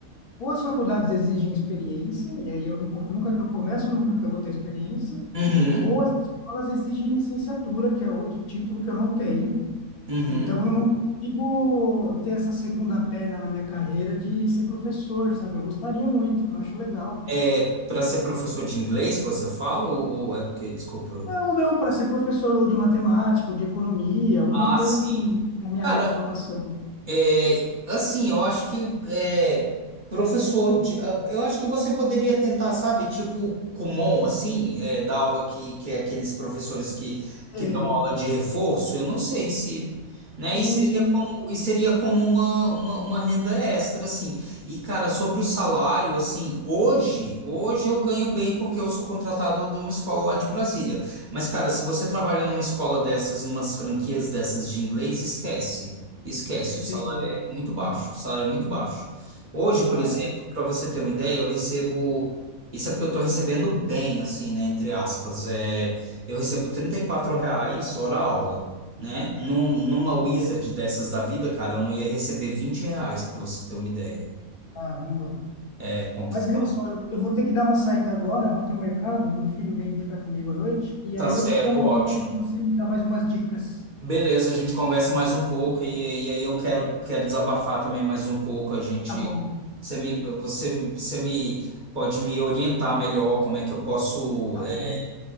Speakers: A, on the left; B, on the right.
A: ou as faculdades exigem experiência, e aí eu não, co- nunca que eu começo, nunca que eu vou ter experiência,
B: Uhum.
A: ou as escolas exigem licenciatura, que é outro título que eu não tenho,
B: Uhum.
A: então eu não consigo ter essa segunda perna na minha carreira de ser professor, sabe? Eu gostaria muito, eu acho legal.
B: É, para ser professor de inglês que você fala, ou, ou é porque, desculpa.
A: Não, não, para ser professor ou de matemática ou de economia, alguma
B: Ah,
A: coisa
B: sim.
A: assim, na minha
B: Cara,
A: área de formação.
B: é, assim, eu acho que é, professor, de- ah, eu acho que você poderia tentar, sabe, tipo Kumon, assim, é, dar aula que, que é aqueles professores que,
A: Sei.
B: que dão aula de reforço, eu não sei se, né,
A: Sim,
B: e seria
A: sim,
B: como, e seria como uma, uma, uma renda extra, assim. E, cara, sobre o salário, assim, hoje, hoje eu ganho bem porque eu sou contratado de uma escola lá de Brasília. Mas, cara, se você trabalha numa escola dessas, numas franquias dessas de inglês, esquece. Esquece,
A: entendi.
B: o salário é muito baixo, o salário é muito baixo. Hoje, por
A: Caramba,
B: exemplo, para você ter uma ideia, eu recebo, isso é porque eu estou recebendo bem, assim, né, entre aspas, é, eu recebo 34 reais hora aula, né? Num, numa
A: entendi.
B: Wizard dessas da vida, cara, eu não ia receber 20 reais, para você ter uma ideia.
A: Caramba.
B: É complicado.
A: Mas, Gleison, eu, eu vou ter que dar uma saída agora, vou até o mercado, meu filho vem ficar comigo à noite, e
B: Tá
A: aí
B: certo,
A: eu te chamo amanhã
B: ótimo.
A: para você me dar mais umas dicas.
B: Beleza, a gente conversa mais um pouco e, e aí eu quero, quero desabafar também mais um pouco. A gente,
A: Tá bom,
B: você me, você, você me pode me orientar melhor como é que eu posso
A: tá
B: é,
A: bom,